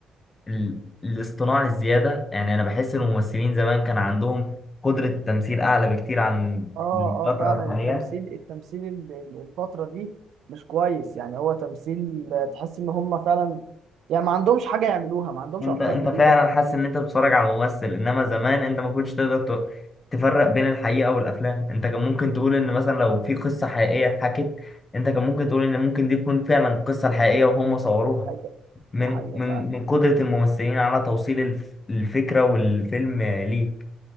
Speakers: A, on the left; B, on the right.
A: ال... الاصطناع الزياده يعني انا بحس ان الممثلين زمان كان عندهم قدره تمثيل اعلى بكتير عن
B: اه
A: الفتره
B: اه فعلا
A: الحاليه
B: التمثيل التمثيل ال- ال- الفترة دي مش كويس يعني هو تمثيل آه، تحس ان هم فعلا يعني ما عندهمش حاجة يعملوها ما عندهمش
A: انت
B: افكار
A: انت
B: جديدة
A: فعلا
B: ما عندهمش
A: حاسس ان انت بتتفرج على ممثل انما زمان انت ما كنتش تقدر ت- تفرق بين الحقيقه والافلام انت كان ممكن تقول ان مثلا لو في قصه حقيقيه اتحكت انت كان ممكن تقول ان ممكن دي تكون فعلا القصه الحقيقيه وهم صوروها
B: حاجة
A: من
B: دي حقيقة
A: من
B: فعلا
A: من قدره الممثلين على توصيل الف- الفكره والفيلم ليك